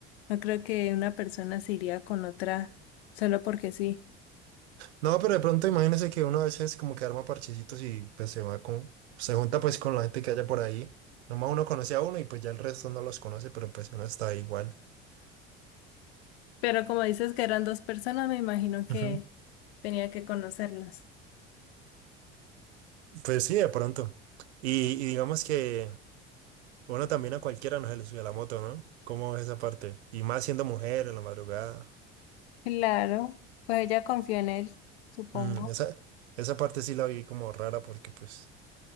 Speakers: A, on the left; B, on the right.
A: No creo que una persona se iría con otra solo porque sí.
B: No, pero de pronto imagínese que uno a veces como que arma parchecitos y pues se va con, se junta pues con la gente que haya por ahí. Nomás uno conoce a uno y pues ya el resto no los conoce, pero pues uno está ahí igual.
A: Pero como dices que eran dos personas, me imagino que
B: Ujú.
A: tenía que conocerlas.
B: Pues sí, de pronto. Y, y digamos que uno también a cualquiera nos se le sube la moto, ¿no? ¿Cómo es esa parte? Y más siendo mujer en la madrugada.
A: Claro, pues ella confió en él, supongo.
B: Mm, esa, esa parte sí la vi como rara porque pues